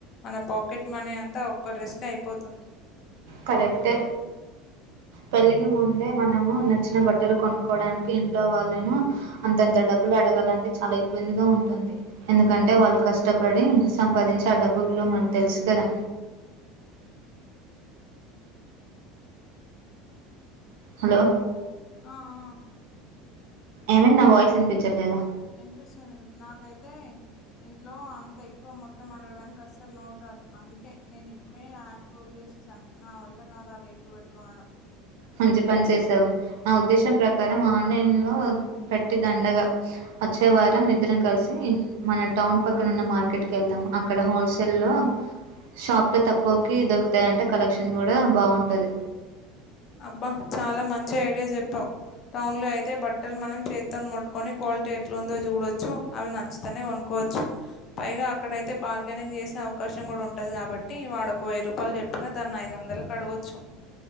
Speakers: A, on the left; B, on the right.
A: మన పాకెట్ మనీ అంతా ఒక్క డ్రెస్ కె అయిపోతుంది.
B: కరెక్టే పెళ్లికి ముందే మనము నచ్చిన బట్టలు కొనుక్కోడానికి ఇంట్లో వాళ్ళను అంతంత డబ్బులు అడగాలంటే చాలా ఇబ్బందిగా ఉంటుంది. ఎందుకంటే వాళ్ళు కష్టపడి సంపాదించి ఆ డబ్బు విలువ మనకు తెలుసు కదా హలో
A: ఆ! ఆ
B: ఏమైంది నా వాయిస్ వినిపించట్లేదా
A: ఇనిపిస్తుంది నాకైతే ఇంట్లో అంత ఎక్కువ మొత్తం అడగడానికి అస్సలు నోరాదు అందుకే నేను ఇప్ అప్పుడే యాప్ క్లోజ్ చేసేసాను నా వల్ల కాదు ఆ రేట్లు పెట్టి కొనడం.
B: మంచి పని చేసావ్ నా ఉద్దేశం ప్రకారం ఆన్లైన్ లో పెట్టి దండగా వచ్చే వారం ఇద్దరం కలిసి మన టౌన్ పక్కన ఉన్న మార్కెట్ కి వెళ్దాం అక్కడ హోల్సేల్ లో షాప్ లో తక్కువకి దొరుకుతాయి అంట కలెక్షన్ కూడా బాగుంటది
A: అబ్బా చాలా మంచి ఐడియా జెప్పావ్ టౌన్ లో అయితే బట్టలు మనం చేతితోని ముట్టుకొని క్వాలిటీ ఎట్లుఉందో చూడొచ్చు అవి నచ్చు తనే కొనుక్కోవచ్చు పైగా అక్కడయితే బార్గెనింగ్ చేసే అవకాశం కూడా ఉంటది కాబట్టి వాడొక వెయ్య రూప్ యల్ చెప్పినా దాన్ని ఐదు వందలకు అడగొచ్చు